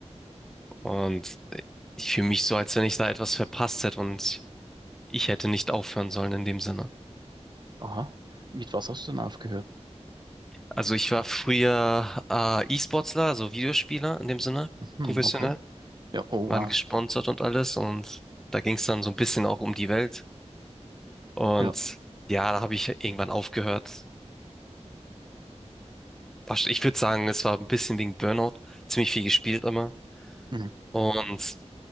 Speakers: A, in the centre; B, on the right.
A: Und ich fühle mich so, als wenn ich da etwas verpasst hätte und ich hätte nicht aufhören sollen in dem Sinne.
B: Aha. Mit was hast du denn aufgehört?
A: Also ich war früher äh, E-Sportler, also Videospieler in dem Sinne,
B: Hm,
A: professionell,
B: okay. Ja, oh
A: waren
B: wow.
A: gesponsert und alles und da ging es dann so ein bisschen auch um die Welt und
B: Ja.
A: ja, da habe ich irgendwann aufgehört. Ich würde sagen, es war ein bisschen wegen Burnout, ziemlich viel gespielt immer
B: Mhm.
A: und